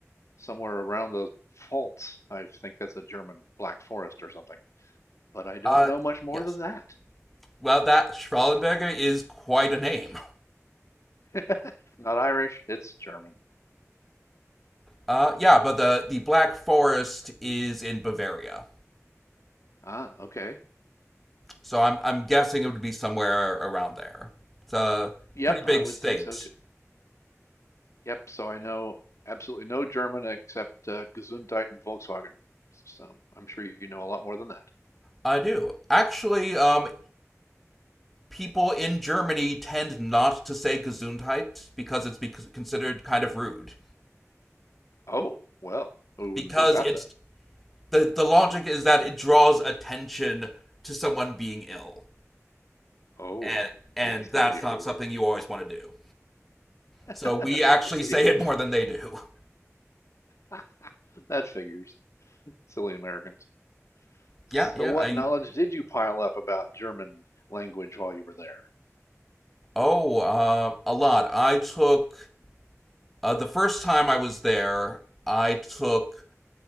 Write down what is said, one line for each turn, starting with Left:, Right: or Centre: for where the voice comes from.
Left: somewhere around the Pfalz. I think that's a German Black Forest or something. But I don't
Centre: Uh,
Left: know much more
Centre: yes.
Left: than that.
Centre: Well, that Strahlenberger is quite a name.
Left: <laughs> Not Irish, it's German.
Centre: Uh, yeah, but the, the Black Forest is in Bavaria.
Left: Ah, okay.
Centre: So I'm, I'm guessing it would be somewhere around there. It's a
Left: Yep,
Centre: pretty big
Left: I would
Centre: state.
Left: think so too. Yep, so I know absolutely no German except uh, Gesundheit and Volkswagen. So I'm sure you know a lot more than that.
Centre: I do. Actually, um, people in Germany tend not to say Gesundheit because it's bec considered kind of rude.
Left: Oh, well, who
Centre: Because
Left: wouldn't do that
Centre: it's
Left: then?
Centre: the, the logic is that it draws attention to someone being ill.
Left: Oh,
Centre: and and
Left: yes,
Centre: that's
Left: that would be
Centre: not
Left: rude.
Centre: something you always want to do.
Left: <laughs>
Centre: So we actually
Left: I see.
Centre: say it more than they do. <laughs>
Left: <laughs> That figures. Silly Americans. So,
Centre: Yeah, yeah.
Left: what
Centre: I
Left: knowledge did you pile up about German language while you were there?
Centre: oh, uh, a lot. I took uh, the first time I was there. I took